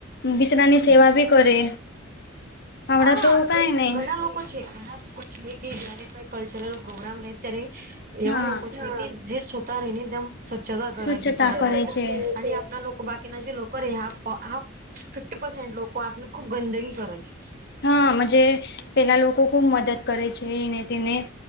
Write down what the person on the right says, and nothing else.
હા..
ઘણા લોકો છે, ઘણા લોકો છે કે જયારે કોઈ કલ્ચરલ પ્રોગ્રામ રહે, ત્યારે એવા
લોકો છે, કે જે સુતા રહીને તેમ સ્વચ્છતા કરે
બિચારા
લોકો
અને આપ બાકીના જે લોકો રે હ હા ફિફ્ટી પર્સનટ લોકો આપને ખુબ ગંદગી કરે છે.